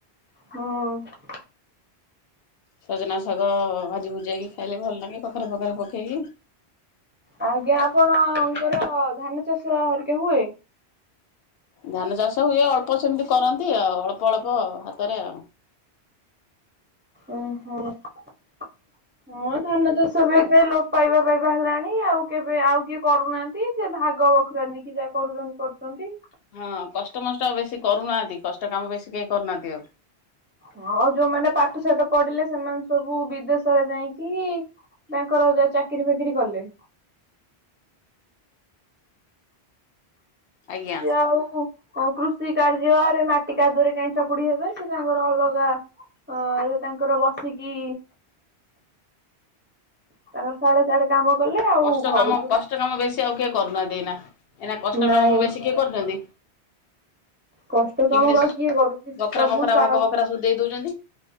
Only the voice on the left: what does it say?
ସଜନା ଶାଗ ଭାଜି ଭୁଜିଇକି ଖାଇଲେ ଭଲ ଲାଗେ କଖାରୁ ପଖରେ ପକେଇକି।
ଧାନ ଚାଷ ହୁଏ ଅଳ୍ପ ସେମିତି କରନ୍ତି ଆଉ ଅଳ୍ପ ଅଳ୍ପ ହାତରେ ଆଉ।
ହଁ କଷ୍ଟମଷ୍ଟ ଆଉ ବେଶୀ କରୁନାହାଁନ୍ତି କଷ୍ଟ କାମ ବେଶୀ କେହି କରୁନାହାନ୍ତି ଆଉ।
ଆଜ୍ଞା।
କଷ୍ଟ
କାମ
କଷ୍ଟ କାମ ବେଶୀ ଆଉ କେହି କରୁନାହାନ୍ତି ଏଇନା, ଏଇନା କଷ୍ଟ
କାମ ବେଶୀ କିଏ କରୁଛନ୍ତି?
କେମିତି
ବଖରା
ମଖରା
ଭାଗ ବଖରା ସବୁ ଦେଇ ଦଉଛନ୍ତି।